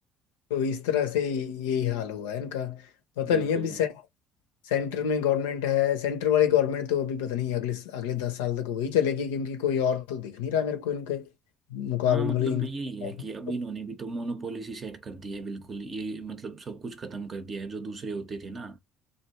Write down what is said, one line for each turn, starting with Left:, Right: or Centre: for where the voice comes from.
Left: तो इस तरह से यही हाल हुआ है इनका पता
Right: बिल्कुल
Left: नहीं अभी से सेंटर में गवर्नमेंट है सेंटर वाली गवर्नमेंट तो अभी पता नहीं अगले अगले दस साल तक वही चलेगी क्योंकि कोई और तो दिख नहीं रहा मेरे को इनके मुकाबले
Right: हाँ मतलब
Left: मतलब इन
Right: यही
Left: <laughs>
Right: है कि अब इन्होंने भी तो मोनोपोली सी सेट कर दी है बिल्कुल ये मतलब सब कुछ खत्म कर दिया है जो दूसरे होते थे ना